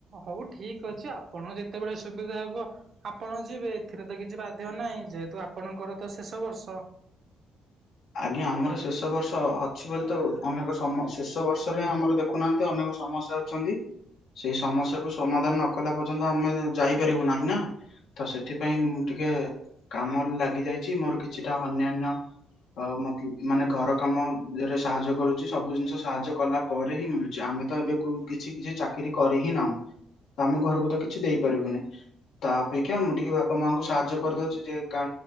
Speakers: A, on the right; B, on the left.
A: ହଉ ଠିକ ଅଛି ଆପଣ ଯେତେବେଳେ ସୁବିଧା ହେବ ଆପଣ ଯିବେ। ଏଥିରେ ତ କିଛି ବାଧ୍ୟ ନାହିଁ, ଯେହେତୁ ଆପଣଙ୍କର ତ ଶେଷ ବର୍ଷ।
B: ଆଜ୍ଞା ଆମର ଶେଷ ବର୍ଷ ଅଛି ବୋଲି ତ ଅନେକ ସମ ଶେଷ ବର୍ଷରେ ଆମର ଦେଖୁନାହାନ୍ତି ଅନେକ ସମସ୍ୟା ଛନ୍ତି ସେଇ ସମସ୍ୟାକୁୁ ସମାଧାନ ନ କଲା ପର୍ଯ୍ୟନ୍ତ ଆମେ ଯାଇପାରିବୁ ନାହିଁ ନା। ତ ସେଥିପାଇଁ ମୁଁ ଟିକେ କାମର ଲାଗି ଯାଇଛି। ମୋର କିଛିଟା ଅନ୍ୟାନ୍ୟ ଅ, ମଖି ମାନେ ଘର କାମରେ ସାହାଯ୍ୟ କରୁଚି। ସବୁ ଜିନିଷ ସାହାଯ୍ୟ କଲା ପରେ ହିଁ ମିଳୁଚି। ଆମେ ତ ଏବେ କୁ-କିଛି କିଛି ଚାକିରି କରି ହିଁ ନାହୁଁ। ତ ଆମେ ଘରକୁ ତ କିଛି ଦେଇପାରିବୁନି। ତା ଅପେକ୍ଷା ମୁଁ ଟିକେ ବାପା ମାଆଙ୍କୁ ସାହାଯ୍ୟ କରିଦଉଚି। ଯେ କା